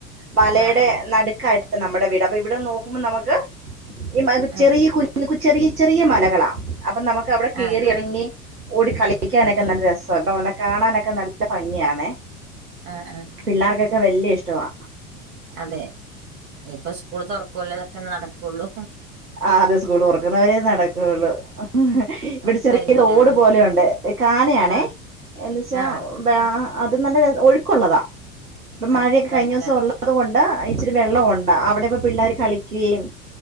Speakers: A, on the right; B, on the right.
A: മലയുടെ
B: ആഹ് ആഹ്
A: നടുക്കായിട്ട്. നമ്മടെ വീട് അപ്പൊ ഇവിടന്ന് നോക്കുമ്പോ നമക്ക് ഈ മക്
B: ആഹ്
A: ചെറിയ കുഞ്ഞ് കുഞ്ഞ്. ചെറിയ ചെറിയ മലകളാ അപ്പൊ നമുക്ക് അവിടെ കയറി
B: ആഹ്
A: ഇറങ്ങി ഓടിക്കളി ളിക്കാനൊക്കെ
B: ആഹ്
A: നല്ല രസ്സാ ഇവിടെ വന്നാ കാണാനൊക്കെ നല്ല ഫംഗിയാണെ.
B: ആഹ്, ആഹ്.
A: പിള്ളാർക്കൊക്കെ വല്ല്യേ ഇഷ്ടവാ.
B: അതെ ഞ്ഞിപ്പൊ സ്കൂൾ തൊറക്കോല്ലോ തൊക്കെ നടക്കൊള്ളൂ.
A: ആഹ് അതെ സ്കൂള് തൊറക്കുന്നവരേ നടക്കൊള്ളൂ. ആഹ് ഇവിടെ
B: ഒക്കെ
A: ചെറിയ
B: കഴിഞ്ഞില്ലേ
A: റോഡ്
B: അവരുടെ
A: പോലെയുണ്ട് കാനയാണേ
B: ആഹ്
A: എന്നെച്ചാ.
B: ആഹ്
A: വെ ആ അത് നല്ല ഒഴുക്കുള്ളതാ ഇപ്പൊ മഴയൊക്കെ
B: ആഹ് കളിക്കാനൊക്കെ
A: കഴിഞ്ഞൂസം ഒള്ളത് കൊണ്ട്. ച്ച് രി വെള്ളവൊണ്ട് അവിടപ്പൊ പിള്ളേര് കളിക്കേം